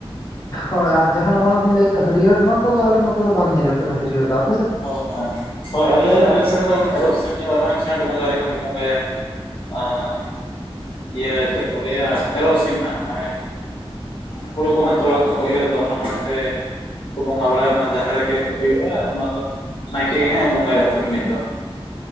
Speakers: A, on the left (about 40°); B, on the left (about 60°).
A: ᱦᱳᱭ ᱟᱨ ᱡᱟᱦᱟᱱ ᱱᱟᱵᱱ ᱞᱟᱹᱭ ᱠᱟᱜ ᱦᱟᱹᱨᱭᱟᱹᱲ ᱱᱚᱣᱟ ᱠᱚᱫᱚ ᱟᱞᱮ ᱱᱚᱛᱮ ᱫᱚ ᱵᱟᱝ ᱧᱮᱞ ᱟᱠᱟᱱᱟ ᱦᱟᱹᱨᱭᱟᱹᱲ ᱫᱚ ᱟ
B: ᱚ ᱦᱚᱸ ᱦᱳᱭ ᱟᱞᱮ ᱟᱞᱮ ᱥᱮᱱ ᱫᱚ ᱮᱨᱚᱜ ᱥᱤᱢ ᱧᱮᱞᱚᱜ-ᱟ ᱱᱟᱜ ᱡᱷᱮᱸᱴ ᱵᱚᱸᱜᱟ ᱨᱮ ᱦᱟᱜ ᱠᱚ ᱵᱚᱸᱜᱟᱭᱟ ᱟᱨ ᱤᱭᱟᱹ ᱪᱮᱫ ᱠᱚ ᱞᱟᱹᱭᱟ ᱮᱨᱚᱜ ᱥᱤᱢ ᱦᱟᱸᱜ ᱱᱚᱜᱚᱭ ᱦᱩᱲᱩ ᱠᱚ ᱦᱟᱸᱜ ᱛᱚᱲᱟ ᱠᱚᱠᱚ ᱮᱨ ᱫᱚ ᱚᱱᱟ ᱢᱟᱲᱟᱝ ᱨᱮ ᱠᱚ ᱵᱚᱸᱜᱟ ᱵᱟᱲᱟᱭᱟ ᱚᱱᱟ ᱡᱟᱦᱮ ᱨᱮ ᱜᱮ ᱦᱩᱭᱩᱜᱼᱟ ᱟᱨ ᱱᱚᱣᱟ ᱫᱚ ᱱᱟᱭᱠᱮ ᱦᱮᱸ ᱵᱚᱸᱜᱟᱭᱟ ᱟᱹᱛᱩ ᱨᱤᱱᱤᱡ ᱫᱚ